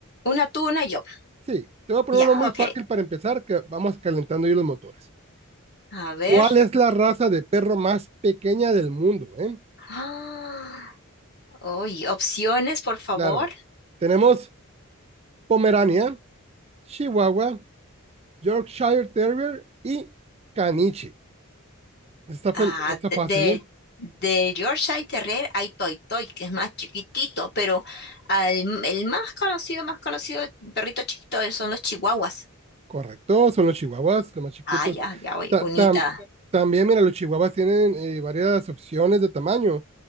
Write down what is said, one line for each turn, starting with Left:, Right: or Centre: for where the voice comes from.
Left: Una tú, una yo.
Right: Sí, te voy a poner
Left: Ya,
Right: una muy
Left: ok.
Right: fácil para empezar, que vamos calentando yo los motores.
Left: A ver.
Right: ¿Cuál es la raza de perro más pequeña del mundo, eh?
Left: Ah, uy, opciones, por favor.
Right: Claro, tenemos Pomerania, Chihuahua, Yorkshire Terrier y Caniche. Está, fel-
Left: Ah,
Right: está
Left: de,
Right: fácil,
Left: de,
Right: ¿eh?
Left: de Yorkshire Terrier hay Toy Toy, que es más chiquitito, pero al- el más conocido, más conocido perrito chiquito son los chihuahuas.
Right: Correcto, son los chihuahuas, los más chiquitos.
Left: Ah, ya, ya voy.
Right: Ta-
Left: Unita.
Right: tam- también, mira, los chihuahuas tienen eh, varias opciones de tamaño